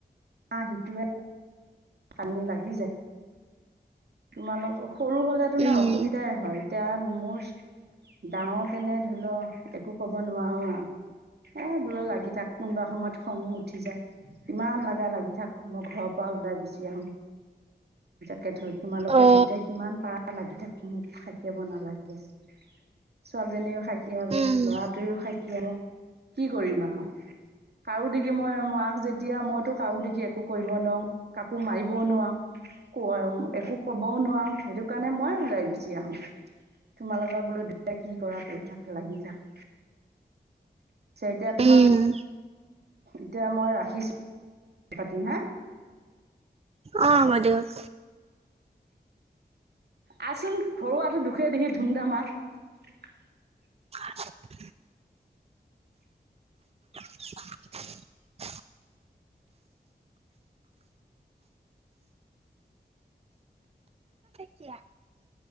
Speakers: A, on the right; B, on the right.
A: আ সিটোৱে। কান্দি লাগি যায়। তোমালোকক সৰু হ'লেতো
B: উম
A: ন অসুবিধাই হয়। এতিয়া মোৰ ডাঙৰ কেনে ধৰি ল একো ক'ব নোৱাৰো আউ। এ বোলো লাগি। তাত কোনোবা সময়ত খঙো উ উঠি যায়, ইমান লাগা লাগি থাক, মই ঘৰৰ পৰা ওলাই গুছি। আহুং। তে থৈ তোমালোকে
B: অ
A: দুয়োটাই কিমান পাৰা? লাগি থাক, মোক খাইকিয়াব নালাগে। <unintelligible> ছোৱালীজনীও খাকীয়াব
B: উম
A: ল'ৰাটোৱেও খাকীয়াব। কি কৰিম আও। কাৰো। দেগি মই, মাক যেতিয়া মইতো কাউ দেগি একো কৰিব নোৱাউঙ। <unintelligible> কাকো মাৰিবও নোৱাউ, ক একো ক'বও নোৱাউ, সেইটো কাৰণে মই ওলাই গুচি আহোঁ। তোমালোকৰ বোলো। কি কৰা কৰি থাক। লাগি থাক। পিছে এতিয়া তোমাৰ
B: উম,
A: ভাল। এতিয়া মই ৰাখিছো। পাতিম হা।
B: অ হব দিয়ক।
A: আহচোন ঘৰুৱাটো দুখে দেহি ধুমধামা। <unintelligible>
B: <inaudible> <inaudible> কিয়া। <unintelligible>